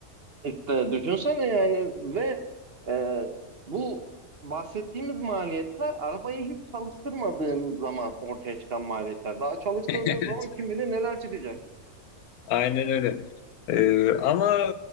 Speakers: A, on the right; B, on the left.
A: İşte düşünsene yani ve e, bu bahsettiğimiz maliyetler arabayı hiç çalıştırmadığın zaman ortaya çıkan maliyetler. Daha çalıştırdığın
B: <laughs>
A: zaman kim bilir neler çıkacak.
B: Aynen öyle. Ee, ama